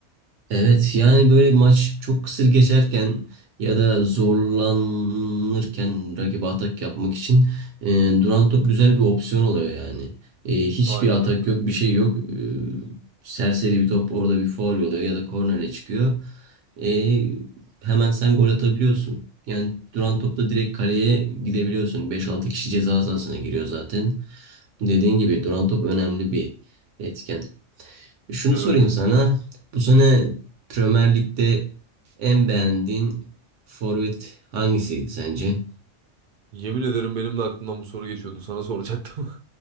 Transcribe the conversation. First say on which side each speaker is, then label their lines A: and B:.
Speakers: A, on the right; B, on the right.
A: Evet yani böyle maç çok kısır geçerken ya da zorlanırken rakibe atak yapmak için e, duran top güzel bir opsiyon oluyor yani. E, hiçbir
B: Aynen
A: atak
B: öyle.
A: yok bir şey yok. E, serseri bir top orada bir faul oluyor ya da kornere çıkıyor. E, hemen sen gol atabiliyorsun. Yani duran topla direkt kaleye gidebiliyorsun. beş altı kişi ceza sahasına giriyor zaten. Dediğin gibi duran top önemli bir etken. Şunu
B: Evet.
A: sorayım sana. Bu sene Premier Lig'de en beğendiğin forvet hangisiydi sence?
B: Yemin ederim benim de aklımdan bu soru geçiyordu. Sana soracaktım.